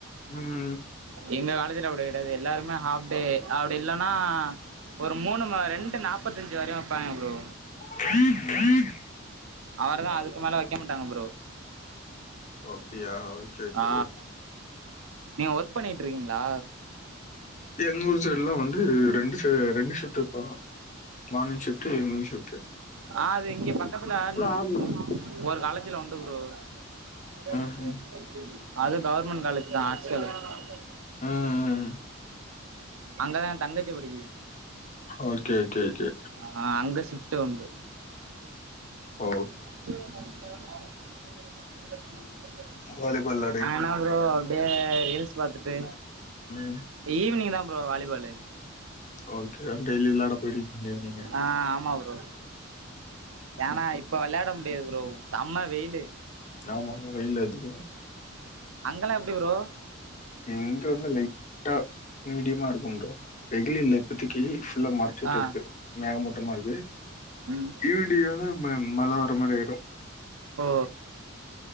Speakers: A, on the left; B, on the right.
A: ம்
B: எங்க காலேஜ்ல அப்டி கெடயாது எல்லாருமே ஹாஃப்டே அப்டி இல்லனா ஒரு மூணு ம ரெண்டு நாப்பத்தஞ்சு வரையு வெப்பாய்ங்க ப்ரோ
A: <inaudible>
B: அவரு தா அதுக்கு மேல வெக்க மாட்டாங்க ப்ரோ
A: ஓ அப்டியா ஓகே ஓகே
B: ஆ
A: ப்ரோ
B: நீங்க ஒர்க் பண்ணிட்ருக்கீங்ளா
A: எங்க ஊர் சைட்லா வந்து ரெண்டு செ ரெண்டு ஷிஃப்ட் வெப்பாங்க மார்னிங் ஷிஃப்ட்டு ஈவ்னிங் ஷிஃப்ட்டு
B: அ அது இங்க பக்கத்துல ம்
A: ஆரணும்
B: ஒரு காலேஜ்ல உண்டு ப்ரோ <unintelligible>
A: ம் ம்
B: அது கவ்ர்மெண்ட் காலேஜ் தா ஆட்ஸ் காலேஜு
A: ம்
B: அங்கதா எ தங்கச்சி படிக்கிது
A: ஓகே கே கே
B: ஆ அங்க ஷிஃப்ட்டு உண்டு
A: ஓ
B: <unintelligible>
A: வாலிபாலு
B: நா என்ன ப்ரோ அப்டியே ரீல்ஸ் பாத்துட்டு
A: ம்
B: ஈவினிங் தா ப்ரோ வாலிபாலு
A: ஓகே அ டெய்லியு விளாட போய்டுவீங்க ஈவ்னிங்கு
B: ஆ ஆமா ப்ரோ ஏனா இப்ப வெளாட முடியாது ப்ரோ செம்ம வெய்லு
A: ஆமா ஆமா வெய்லு அதிகோ
B: அங்கெல்லா எப்டி ப்ரோ
A: இங்க வந்து லைட்டா மீடியமா இருக்கு ப்ரோ நெகிழ் இல்ல இப்பத்திக்கு ஃபுல்லா மறச்சிட்டுருக்கு
B: ஆ
A: மேகமூட்டமா இருக்கு
B: ம்
A: ஈவ்னிங் ஆனா ம மழ வர மாரி ஆய்ரு
B: ஓ